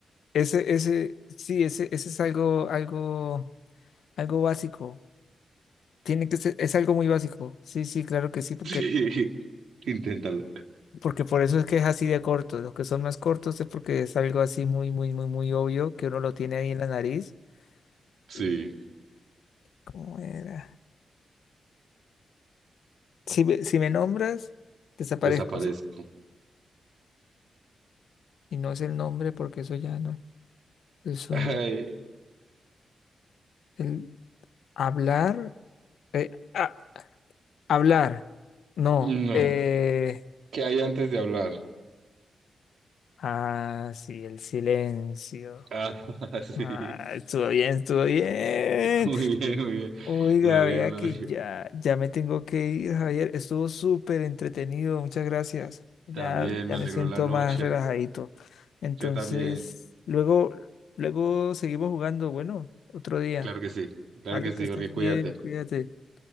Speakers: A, on the left; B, on the right.
A: ese, ese, sí, ese, ese es algo, algo, algo básico. Tiene que ser, es algo muy básico. Sí, sí, claro que sí, porque,
B: Sí, inténtalo.
A: porque por eso es que es así de corto. Los que son más cortos es porque es algo así muy, muy, muy, muy obvio que uno lo tiene ahí en la nariz.
B: Sí,
A: Y, ¿Cómo era? Si me, si me nombras, desaparezco.
B: desaparezco.
A: sí. Y no es el nombre porque eso ya no. Son
B: Ay,
A: el hablar. Eh, ah, hablar. No.
B: no.
A: Eh,
B: ¿Qué hay antes de hablar?
A: ah, sí, el silencio.
B: Ah, <laughs> sí,
A: Ah, estuvo bien, estuvo bien.
B: muy bien, muy bien.
A: Oiga,
B: Lo
A: vea
B: dio, lo
A: que
B: dio.
A: ya, ya me tengo que ir, Javier. Estuvo súper entretenido. Muchas gracias. Ya,
B: También
A: ya
B: me alegró
A: me siento
B: la noche.
A: más relajadito. Entonces,
B: Yo también.
A: luego, luego seguimos jugando. Bueno, otro día.
B: Claro que sí, claro
A: Ale,
B: que sí,
A: que estés
B: Jorge, cuídate.
A: bien, cuídate.